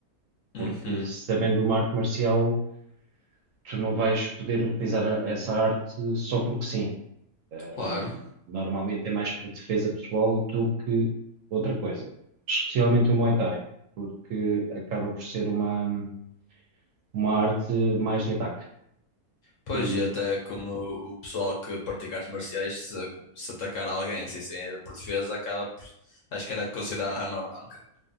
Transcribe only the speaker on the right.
Porque sabendo uma arte marcial, tu não vais poder utilizar a- essa arte só porque sim. Um,
normalmente é mais para defesa pessoal do que outra coisa. Especialmente
o Muay Thai, porque acaba por ser uma, uma arte mais de ataque.
E